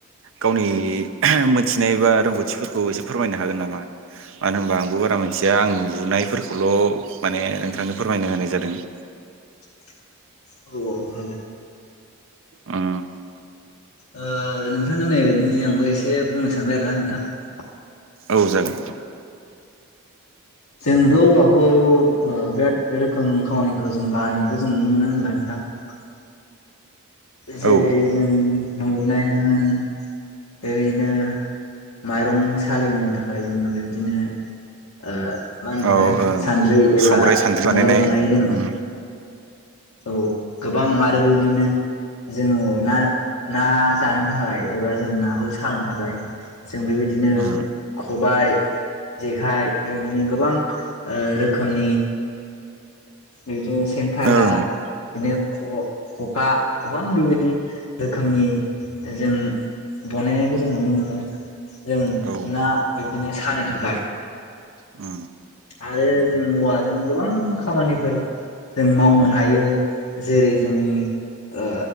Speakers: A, on the right; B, on the left.
A: गावनि मोनथिनाय बा रोंगौथिफोरखौ एसे फोरमायनो हागोन नामा? मानो होनबा आंबो बारा मोनथिया आं नुनायफोरखौल' माने नोंथांनो फोरमायना होनाय जादों। <inaudible>
B: औ औ ।
A: ओ
B: ओ नोंथां होननाय बायदिनो आंबो एसे बुंनो सानबाय आरोना नोंथां ।
A: औ जागोन ।
B: जोंथ' औवाखौ ओ बिराद रोखोम खामानिखौ जों बाहायनायखौ जों नुनो मोनो होनबाय नोंथां । जेरै
A: औ
B: जों न' लुनायानो होन बेबायदिनो माइरं सालिनो थाखाय जोङो बेबायदिनो ओ मा होनो मोनलाय
A: औ ओं
B: सान्द्रि एबा
A: संग्राय सान्द्रि
B: संग्राय
A: बानायनाय
B: बनायो जोंङो
A: उम
B: । औ गोबां आरो बेबदिनो जोङो ना ना जानो थाखाय एबा जों नाखौ सानो थाखाय जों बेबायदिनो
A: उम
B: खबाय जे खाइ आरो गोबां रोखोमनि जों सेन फाग्ला
A: औ ।
B: बिदिनो ख- खखा गोबां बेबायदि रोखोमनि जों बानायनायखौ जों नुनो मोनो जों
A: औ
B: ना बिदिनो सानो थाखाय
A: ओ
B: आरो जों औवा जों गोबां खामानि फोर जों मावनो हायो जेरै जोंनि ओ